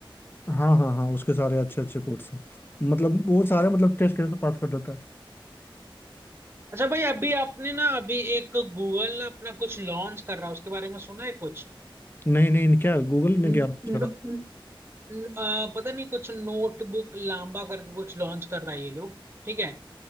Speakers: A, on the left (about 25°); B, on the right (about 25°).
A: हाँ हाँ हाँ उसके सारे अच्छे अच्छे कोड्स हैं मतलब वो सारे मतलब टेस्ट कैसे पास कर देता है
B: अच्छा भाई अभी आपने ना अभी एक गूगल अपना कुछ लॉन्च कर रहा है उसके बारे में सुना है कुछ
A: नहीं नहीं क्या गूगल
B: न,
A: ने क्या launch
B: न,
A: करा
B: न, न- आ, पता नहीं कुछ नोटबुक लांबा करके कुछ लॉन्च कर रहा है ये लोग ठीक है